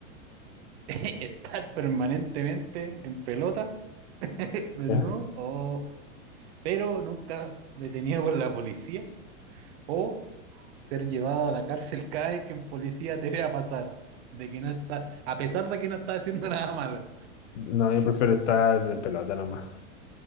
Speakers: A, on the right (about 55°); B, on the left (about 65°).
A: <laughs> estar permanentemente en pelota, <laughs> desnudo,
B: ¿Ya?
A: o, pero nunca detenido por la policía, o ser llevado a la cárcel cada vez que un policía te vea pasar, de que no está, a pesar de que no está haciendo nada malo.
B: No, yo prefiero estar en pelota nomás,